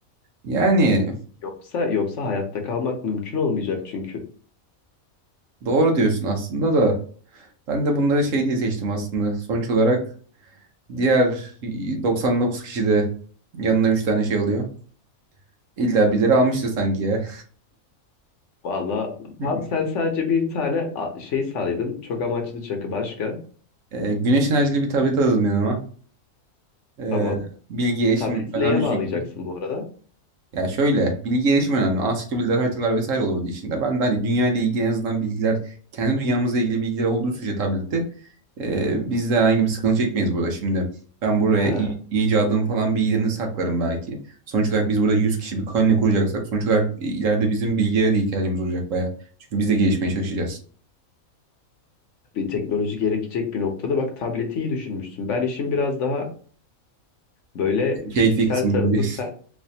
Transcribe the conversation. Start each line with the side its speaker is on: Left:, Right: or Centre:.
Right: Yani
Left: Yoksa yoksa hayatta kalmak mümkün olmayacak çünkü.
Right: doğru diyorsun aslında da. Ben de bunları şey diye seçtim aslında. Sonuç olarak diğer 99 kişi de yanına 3 tane şey alıyor. İlla birileri almıştı sanki ya.
Left: Valla
Right: <laughs>
Left: tam sen sadece bir tane a- şey saydın. Çok amaçlı çakı başka.
Right: Ee, güneş enerjili bir tablet aldım yanıma. Ee,
Left: Tamam.
Right: bilgi erişim
Left: Tableti
Right: önemli
Left: neye bağlayacaksın
Right: çünkü.
Left: bu arada?
Right: Ya şöyle bilgi erişimi önemli. Ansiklopediler, haritalar vesaire olurdu içinde. Ben de hani dünya ile ilgili en azından bilgiler, kendi dünyamızla ilgili bilgiler olduğu sürece tablette e, biz de herhangi bir sıkıntı çekmeyiz burada. Şimdi ben buraya
Left: Ha,
Right: i- icadım falan bilgilerini saklarım belki. Sonuç olarak biz burada 100 kişi bir koloni kuracaksak sonuç olarak ileride bizim bilgilere de ihtiyacımız olacak bayağı. Çünkü biz de gelişmeye çalışacağız.
Left: bir teknoloji gerekecek bir noktada. Bak tableti iyi düşünmüşsün. Ben işin biraz daha böyle fiziksel
Right: Keyfi kısmı
Left: tarafı
Right: değil.
Left: sen